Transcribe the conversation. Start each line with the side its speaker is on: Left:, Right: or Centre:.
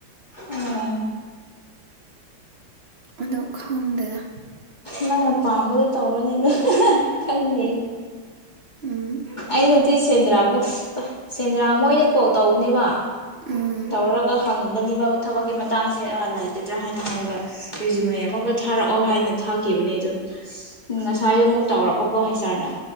Left: ꯑꯣ
Right: ꯑꯗꯣ ꯈꯪꯗꯦꯗ
Left: ꯅꯪꯅ ꯄꯥꯝꯕꯗꯨ ꯇꯧꯔꯣꯅꯦꯗ ꯑꯍ ꯈꯪꯗꯦ
Right: ꯎꯨꯝ
Left: ꯑꯩꯅꯗꯤ ꯁꯦꯟꯗ꯭ꯔꯥꯡ ꯁꯦꯟꯗ꯭ꯔꯥꯡ ꯃꯣꯏꯅ ꯀꯣꯜ ꯇꯧꯕꯅꯦꯕ
Right: ꯎꯝ
Left: ꯇꯧꯔꯒ ꯍꯪꯕꯅꯤꯕ ꯊꯕꯛꯀꯤ ꯃꯇꯥꯡꯁꯦ ꯑꯥ ꯂꯩꯒꯗ꯭ꯔꯥ ꯍꯥꯏꯅ ꯍꯥꯏꯔꯒ ꯔꯤꯖꯨꯃꯅꯤ ꯑꯃꯒ ꯊꯥꯔꯛꯑꯣ ꯍꯥꯏꯅ ꯊꯥꯈꯤꯕꯅꯦ ꯑꯗꯣ ꯉꯁꯥꯏꯗꯣ ꯑꯃꯨꯛ ꯇꯧꯔꯛꯄꯀꯣ ꯍꯥꯏꯁ ꯑꯥꯔꯅ